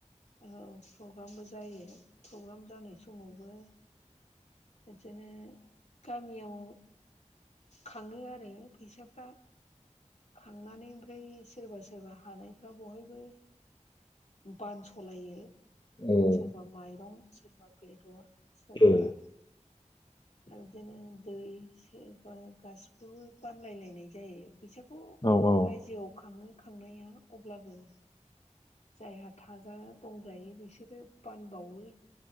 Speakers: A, on the left; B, on the left.
A: औ प्रग्रामबो जायो प्रग्राम जानाय समावबो बिदिनो गामियाव खाङो आरो फैसाफ्रा खांनानै ओमफ्राय सोरबा सोरबा हानायफ्रा बहायबो बानसलायो
B: उम
A: बा माइरं सोरबा बेदर सोरबा
B: ए <inaudible>
A: आरदिनो दै सेबा गासिखौबो बानलायलायनाय जायो फैसा खौ
B: औ औ
A: रायजोआव खाङो खांनाया अब्लाबो जायहा थाजा दंजायो बिसोरो बानबावो